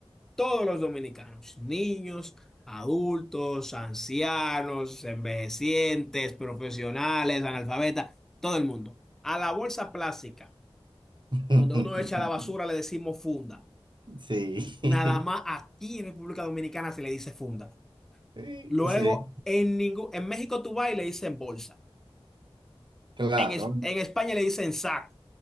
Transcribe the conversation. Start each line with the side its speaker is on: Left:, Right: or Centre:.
Centre: todos los dominicanos, niños, adultos, ancianos, envejecientes, profesionales, analfabetas, todo el mundo. A la bolsa plástica,
Right: <laughs>
Centre: donde uno echa la basura, le decimos funda.
Right: Sí,
Centre: Nada más
Right: <laughs>
Centre: aquí en República Dominicana se le dice funda.
Right: sí,
Centre: Luego,
Right: sí,
Centre: en ningún, en México tú vas y le dicen bolsa.
Right: claro.
Centre: En, Es- en España le dicen saco